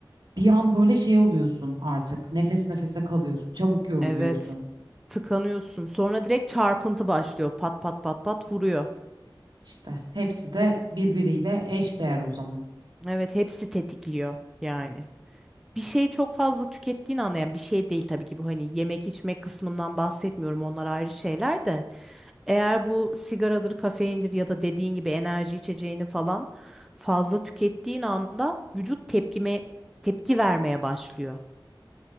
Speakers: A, on the right; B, in the centre.
A: bir an böyle şey oluyorsun artık. Nefes nefese kalıyorsun, çabuk yoruluyorsun.
B: Evet. Tıkanıyorsun. Sonra direkt çarpıntı başlıyor. Pat pat pat pat vuruyor.
A: İşte hepsi de birbiriyle eşdeğer o zaman.
B: Evet, hepsi tetikliyor yani. bir şeyi çok fazla tükettiğin anda yani bir şey değil tabii ki bu hani yemek içme kısmından bahsetmiyorum onlar ayrı şeyler de eğer bu sigaradır kafeindir ya da dediğin gibi enerji içeceğini falan fazla tükettiğin anda vücut tepkime tepki vermeye başlıyor.